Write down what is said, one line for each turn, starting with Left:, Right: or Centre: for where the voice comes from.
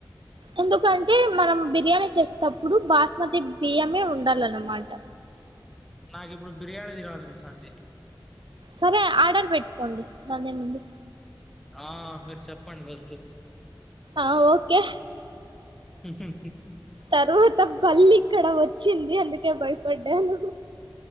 Right: ఎందుకంటే మనం బిర్యానీ చేసేటప్పుడు బాస్మతి బియ్యమే ఉండాలన్నమాట
Centre: నాకిప్పుడు బిర్యానీ తీనాలనిపితాంది
Right: సరే ఆర్డర్ పెట్టుకోండి దాందేముంది
Centre: ఆ మీరు చెప్పండి ఫస్ట్
Right: ఆ ఓకే
Centre: ఫస్టు.
Right: తర్వాత బళ్ల్లి ఇక్కడ వచ్చింది అందుకే భయపడ్డాను